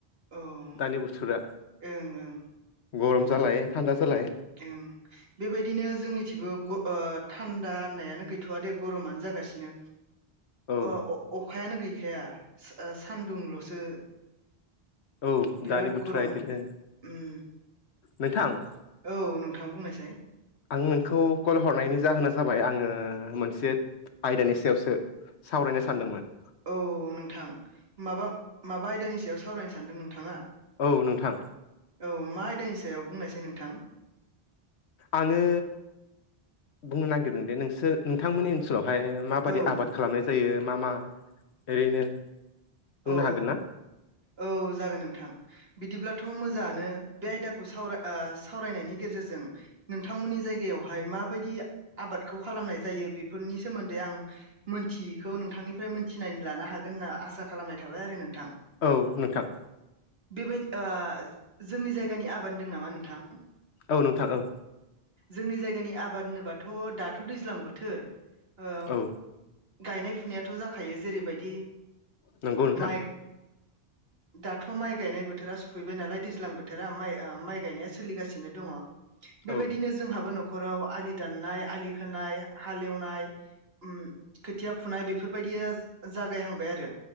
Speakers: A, on the right (about 65°); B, on the left (about 85°).
A: औ ओं
B: दानि बोथोरा
A: ओं
B: गरम जालाय थान्दा जालाय
A: ओम बेबायदिनो जोंनिथिंबो ग ओ थान्दा होननायानो गैथ'वा दे गरमानो जा गासिनो।
B: औ
A: अ अ-अखायानो गैखाया ओ सानदुंल'सो
B: औ
A: बिराद
B: दानि बोथोरा
A: गरम
B: इदिनो
A: उम
B: नोंथां
A: औ नोंथां बुंनायसाय
B: आं नोंखौ कल हरनायनि जाहोना जाबाय आङो मोनसे आयदानि सायावसो सावरायनो सानदोंमोन
A: औ नोंथां माबा माबा आयदानि सायाव सावरायनो सानदों नोंथाङा
B: औ नोंथां
A: औ मा आयदानि सायाव बुंनायसाय नोंथां
B: आङो बुंनो नागिरदों दे नोंसोर नोंथांमोननि ओनसोलाव हाय माबायदि
A: औ
B: आबाद खालामनाय जायो मा मा ओरैनो बुंनो
A: औ
B: हागोन ना
A: औ जागोन नोंथां बिदिब्लाथ' मोजाङानो बे आयदाखौ सावरा ओ सावरायनायनि गेजेरजों नोंथांमोननि जायग यावहाय माबायदि आबादखौ खालामनाय जायो बेफोरनि सोमोन्दै आं मोनथियैखौ नोंथां निफ्राय मोनथिनायनि लानो हागोन होनना आसा खालामनाय थाबाय आरो नोंथां।
B: औ नोंथां।
A: बेबायदि ओ जोंनि जायगानि आबाद होनदों नामा नोंथां?
B: औ नोंथां औ
A: जोंनि जायगानि आबाद होनोबाथ' दाथ' दैज्लां बोथोर ओ
B: औ
A: गायनाय फुनायाथ' जाखायो जेरैबायदि
B: नंगौ नोंथां
A: माइ दाथ' माइ गायनाय बोथोरा सफैबाय नालाय दैज्लां बोथोरा माइ ओ माइ गायनाया सोलिगासिनो दङ। बेबायदिनो
B: औ
A: जोंहाबो न'ख खराव आलि दाननाय आलि खोनाय हाल एवनाय ओम खोथिया फुनाय बेफोरबायदि यास जागायहांबाय आरो